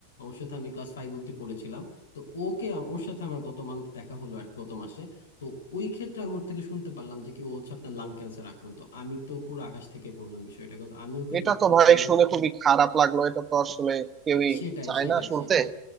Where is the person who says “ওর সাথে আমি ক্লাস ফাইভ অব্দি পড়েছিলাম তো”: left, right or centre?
Left